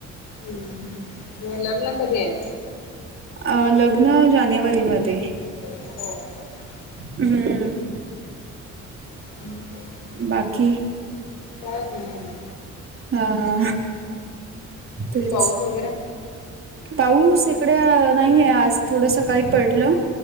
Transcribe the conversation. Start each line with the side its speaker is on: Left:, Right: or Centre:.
Left: हम्म लग्न कधी आहे.
Right: अ लग्न जानेवारीमध्ये.
Left: हो.
Right: हम्म.
Left: ह.
Right: बाकी.
Left: काय नाही
Right: हा हा तेच
Left: पाऊस वगैरे.
Right: पाऊस इकडे नाहीये आज थोडं सकाळी पडलं.